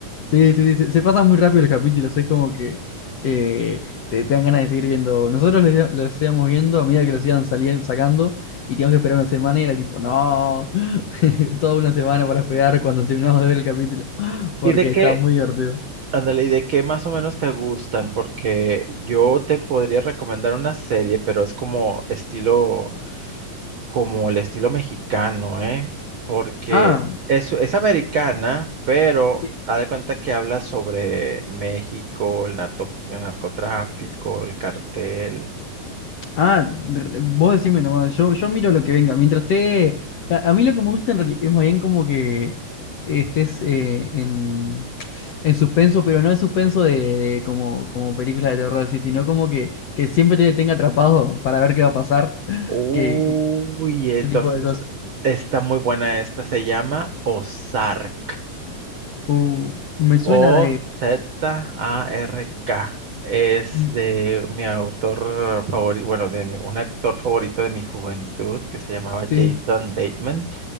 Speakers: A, on the left (about 55°); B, on the right (about 50°).
A: Sí, sí, sí, se, se pasa muy rápido los capítulos, es como que eh, te, te dan ganas de seguir viendo. Nosotros los, los íbamos viendo a medida que los iban saliendo, sacando y teníamos que esperar una semana y era tipo, no, <laughs> toda una semana para esperar cuando terminamos de ver el capítulo, <gasps> porque
B: ¿Y de qué,
A: está muy divertido.
B: ándale, y de qué más o menos te gustan? Porque yo te podría recomendar una serie, pero es como estilo, como el estilo mexicano, ¿eh? Porque
A: Ah,
B: es, es americana, pero
A: sí.
B: haz de cuenta que habla sobre México, el narco- el narcotráfico, el cartel.
A: Ah, re- vos decime nomás, yo, yo miro lo que venga. Mientras esté. A, a mí lo que me gusta en reali- es más bien como que estés eh, en, en suspenso, pero no en suspenso de, de como, como película de terror así, sino como que, que siempre te tenga atrapado para ver qué va a pasar. <laughs>
B: Uy,
A: Que, que
B: entonces
A: ese tipo de cosas.
B: está, está muy buena esta. Se llama Ozark.
A: Uh, me suena
B: O-Z-A-R-K.
A: de.
B: Es
A: Mm,
B: de mi autor favorito, bueno, de mi- un actor favorito de mi juventud que se llamaba
A: Sí,
B: Jason Bateman.